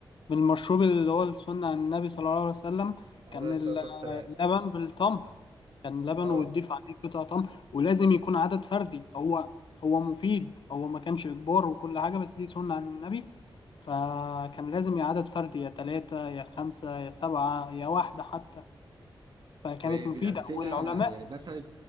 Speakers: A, on the left; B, on the right.
A: بالمشروب اللي هو السنة عن النبي صلى الله عليه وسلم
B: عليه
A: كان
B: الصلاة
A: ال-
B: والسلام
A: اللبن بالتمر كان لبن
B: اه
A: وتضيف عليه قطع تمر ولازم يكون عدد فردي هو هو مفيد هو ما كانش إجبار وكل حاجة بس دي سنة عن النبي فكان لازم يا عدد فردي يا تلاتة يا خمسة يا سبعة يا واحدة حتى فكانت
B: وبالامثله
A: مفيدة والعلماء
B: يعني مثلا